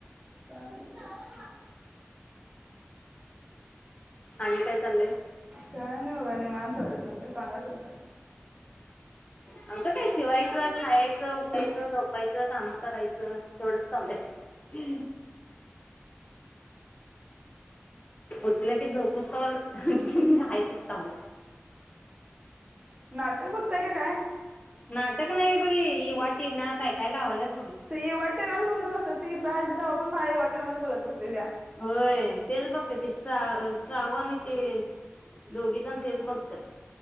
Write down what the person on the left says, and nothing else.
आणि काय चाललंय
आमचं काय शिवायचं खायचं
उठायचं झोपायचं काम करायचं तेवढंच चाललंय. उठलं की झोपूतवर ह्यातच काम
नाटक नाही बघी इवा, टीना काय काय लावण्यात
होय तेच बघत ते श्रा श्राव आणि ते दोघी जण तेच बघत्यात